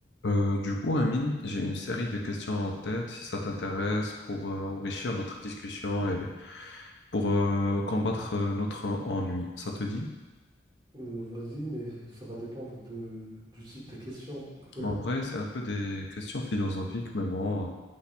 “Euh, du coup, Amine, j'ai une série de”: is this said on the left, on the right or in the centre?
Left